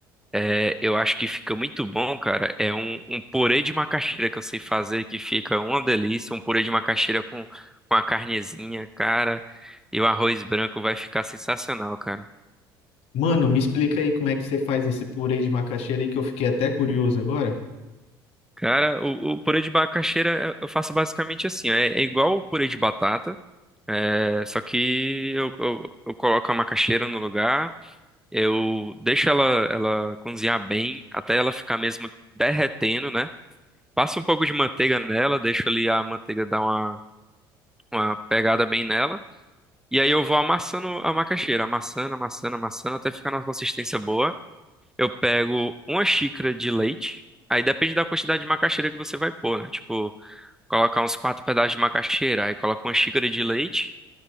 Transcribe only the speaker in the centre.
É, eu acho que fica muito bom, cara. É um, um purê de macaxeira que eu sei fazer, que fica uma delícia. Um purê de macaxeira com, com a carnezinha, cara. E o arroz branco vai ficar sensacional, cara.
Cara, o, o purê de macaxeira eu eu faço basicamente assim. É, é igual o purê de batata, é, só que eu, eu, eu coloco a macaxeira no lugar, eu deixo ela, ela cozinhar bem, até ela ficar mesmo derretendo, né? Passo um pouco de manteiga nela, deixo ali a manteiga dar uma uma pegada bem nela. E aí eu vou amassando a macaxeira, amassando, amassando, amassando, até ficar numa consistência boa. Eu pego uma xícara de leite. Aí depende da quantidade de macaxeira que você vai pôr, né? Tipo, colocar uns quatro pedaços de macaxeira, aí coloca uma xícara de leite,